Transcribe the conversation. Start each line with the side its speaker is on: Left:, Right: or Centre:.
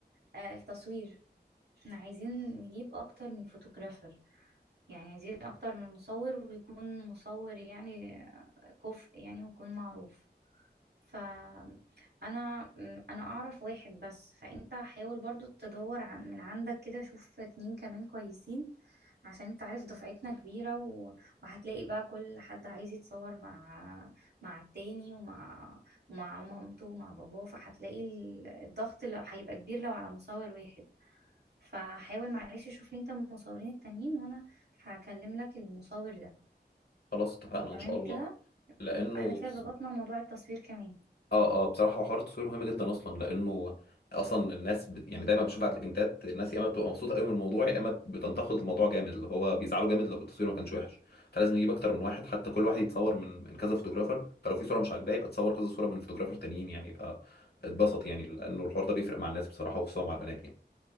Right: آه، التصوير احنا عايزين نجيب اكتر من فوتوغرافر يعني عايزين اكتر من مصور ويكون مصور يعني كفء يعني ويكون معروف فأنا م- أنا أعرف واحد بس فأنت حاول برضو تدور عن من عندك كده شوف اتنين كمان كويسين عشان انت عارف دفعتنا كبيرة و... وهتلاقي بقى كل حد عايز يتصور مع مع التاني ومع ومع مامته ومع باباه فهتلاقي ال- الضغط اللي هيبقى كبير لو على مصور واحد فحاول معلش شوف لي انت المصورين التانيين وانا هكلم لك المصور ده
Left: خلاص اتفقنا
Right: تمام
Left: إن شاء الله
Right: كده
Left: لأنه
Right: احنا كده ظبطنا موضوع التصوير كمان
Left: اه اه بصراحه هو حوار التصوير مهم جدا اصلا لانه اصلا الناس بت... يعني دايما بشوف بعد الايفنتات الناس يا اما بتبقى مبسوطه قوي من الموضوع يا اما بتنتقد الموضوع جامد اللي هو بيزعلوا جامد لو التصوير ما كانش وحش فلازم نجيب اكتر من واحد حتى كل واحد يتصور من من كذا فوتوجرافر فلو في صوره مش عاجباه يبقى تصور كذا صوره من فوتوجرافر تانيين يعني يبقى اتبسط يعني لانه الحوار ده بيفرق مع الناس بصراحه وخصوصا مع البنات يعني